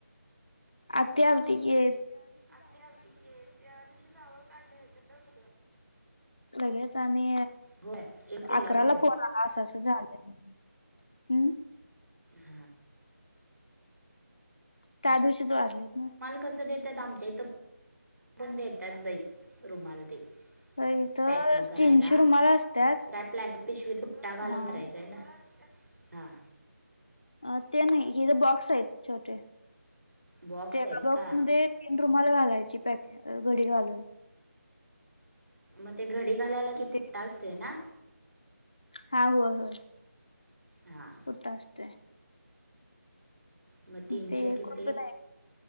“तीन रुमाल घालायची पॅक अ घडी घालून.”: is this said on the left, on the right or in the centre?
Left